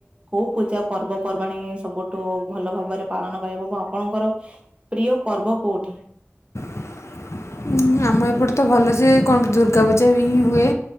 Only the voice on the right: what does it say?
କୋଉ ପୂଜା ପର୍ବପର୍ବାଣି ସବୁଠୁ ଭଲ ଭାବରେ ପାଳନ କରିବାକୁ ଏବଂ ଆପଣଙ୍କର ପ୍ରିୟ ପର୍ବ କୋଉଠି?